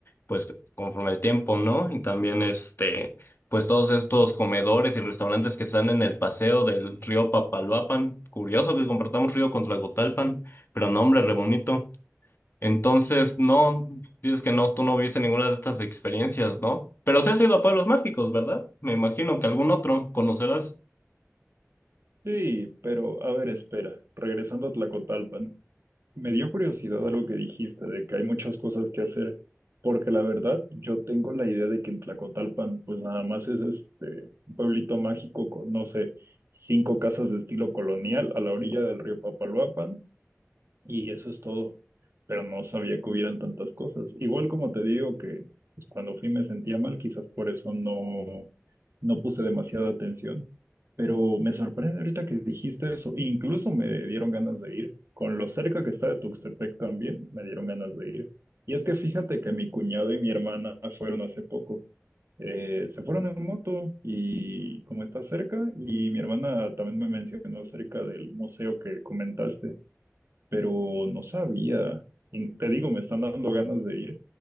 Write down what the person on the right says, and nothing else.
Sí, pero a ver, espera. Regresando a Tlacotalpan, me dio curiosidad algo que dijiste de que hay muchas cosas que hacer, porque la verdad yo tengo la idea de que en Tlacotalpan, pues nada más es este un pueblito mágico con, no sé, cinco casas de estilo colonial a la orilla del río Papaloapan Y eso es todo. Pero no sabía que hubieran tantas cosas. Igual como te digo que pues, cuando fui me sentía mal, quizás por eso no, no puse demasiada atención. Pero me sorprende ahorita que dijiste eso. Incluso me dieron ganas de ir. Con lo cerca que está de Tuxtepec también, me dieron ganas de ir. Y es que fíjate que mi cuñado y mi hermana fueron hace poco. Eh, se fueron en moto y como está cerca, y mi hermana también me mencionó acerca del museo que comentaste pero no sabía. Y te digo, me están dando ganas de ir.